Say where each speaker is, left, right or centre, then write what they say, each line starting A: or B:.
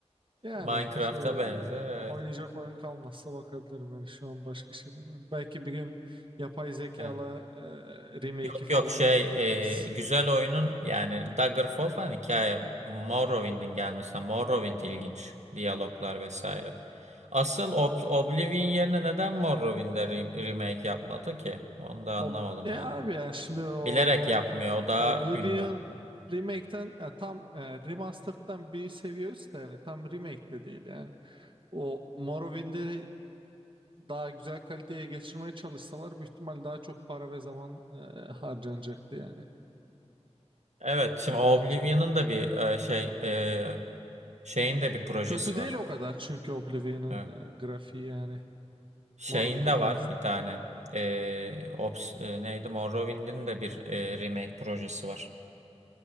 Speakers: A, on the right; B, on the right.
A: Yani
B: Minecraft'a
A: e,
B: benzer evet.
A: oynayacak oyun kalmazsa bakabilirim yani şu an başka şeyler. var. Belki bir gün yapay zekala
B: Evet.
A: e, remake'i
B: Yok
A: falan
B: yok şey
A: yaptırırız.
B: e, güzel oyunun yani Daggerfall falan hikaye Morrowind'in gelmesi. Morrowind ilginç. Diyaloglar vesaire. Asıl Ob- Oblivion yerine neden Morrowind'e re- remake yapmadı ki? Onu da
A: Ob
B: anlamadım
A: ya
B: yani.
A: abi yani şimdi o
B: Bilerek yapmıyor. O daha
A: Oblivion
B: ünlü.
A: remake'ten ya tam e, remastered'dan bir seviye üstte yani tam remake de değil yani. O Morrowind'i daha güzel kaliteye geçirmeye çalışsalar büyük ihtimal daha çok para ve zaman e, harcanacaktı yani.
B: Evet. Şimdi
A: Yani
B: Oblivion'ın
A: bence.
B: da bir e, şey e, şeyin de bir projesi
A: Kötü
B: var.
A: değil o kadar çünkü Oblivion'ın
B: Evet.
A: e, grafiği yani
B: Şeyin
A: Morrowind'e
B: de
A: kıyasla.
B: var bir tane. E, Ops, e, neydi? Morrowind'in de bir e, remake projesi var.